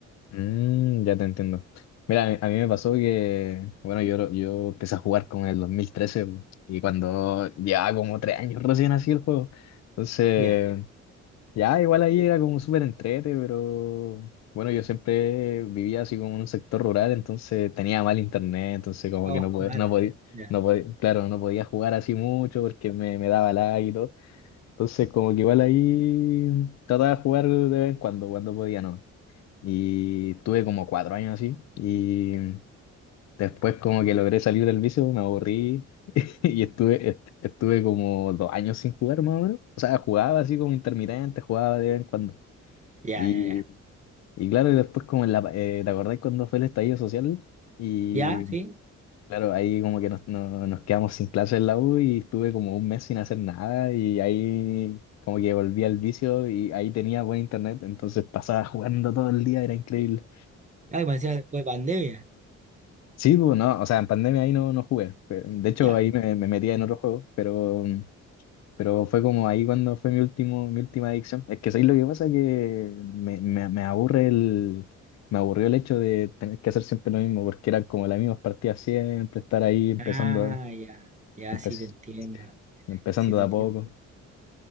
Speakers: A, on the left; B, on the right.
A: Mm, ya te entiendo. Mira, a mí, a mí me pasó que, bueno, yo, lo- yo empecé a jugar con el 2013 y cuando llevaba como tres años recién así el juego. Entonces...
B: Ya.
A: Ya, igual ahí era como súper entrete, pero bueno, yo siempre vivía así como en un sector rural, entonces tenía mal internet, entonces como
B: Oh,
A: que no podía,
B: mala.
A: no podía,
B: Ya,
A: no podía, claro, no podía jugar así mucho porque me, me daba lag y todo. Entonces como que igual ahí trataba de jugar de vez en cuando, cuando podía, ¿no? Y tuve como cuatro años así y después como que logré salir del vicio, me aburrí <laughs> y estuve, est- estuve como dos años sin jugar más o menos. O sea, jugaba así como intermitente, jugaba de vez en cuando.
B: ya,
A: Y,
B: ya, ya.
A: y claro, y después como en la, pa- eh, ¿te acordáis cuando fue el estallido social? Y
B: Ya, sí.
A: claro, ahí como que nos, no- nos quedamos sin clases en la U y estuve como un mes sin hacer nada y ahí como que volví al vicio y ahí tenía buen internet, entonces pasaba <laughs> jugando todo el día, era increíble.
B: Ay, me decía después de pandemia.
A: Sí, pues, no, o sea, en pandemia ahí no, no jugué. pe- De hecho,
B: Ya.
A: ahí me, me metía en otro juego, pero mm, Pero fue como ahí cuando fue mi último, mi última adicción. Es que ¿sabes lo que pasa? Que me, me, me aburre el, me aburrió el hecho de tener que hacer siempre lo mismo, porque eran como las mismas partidas siempre, estar ahí empezando,
B: Ah, ya. Ya,
A: empe-
B: sí te entiendo.
A: empezando
B: Sí te
A: de a
B: entiendo.
A: poco.